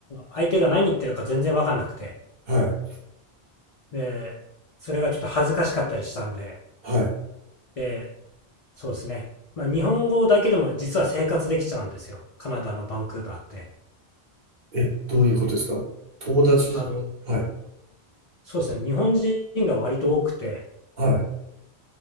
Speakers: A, on the left (about 60°); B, on the right (about 50°).
A: 相手が何言ってるか全然わかんなくて、
B: はい、
A: で、それがちょっと恥ずかしかったりしたんで、
B: はい。
A: でそうですね。まあ、日本語だけでも実は生活できちゃうんですよ。カナダのバンクーバーって。
B: え、どういうことですか友達はい、
A: あの、そうですね。日本人が割と多くて、
B: はい。